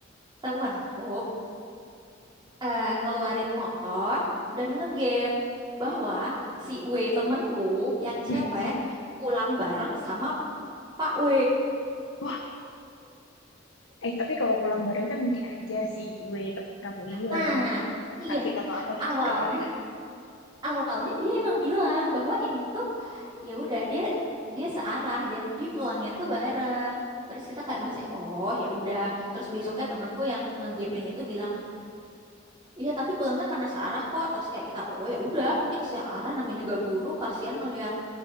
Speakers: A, on the right (about 20°); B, on the left (about 75°).
A: temanku eh, ngeluarin motor dan ngegap bahwa si W temanku yang cewek
B: mm-mm.
A: pulang bareng sama Pak W.
B: wah eh tapi kalau pulang bareng kan mungkin aja si gue teman kamu ini
A: Nah,
B: lagi
A: iya,
B: sakit atau apa gitu
A: awalnya
B: kan
A: awalnya dia emang bilang bahwa ini tuh ya udah dia dia searah jadi dia pulangnya tuh bareng terus kita kayak masih oh ya udah terus besoknya temanku yang ngegepin itu bilang iya tapi pulangnya karena searah kok terus kayak kita oh ya udah mungkin searah namanya juga guru kasihan ngelihat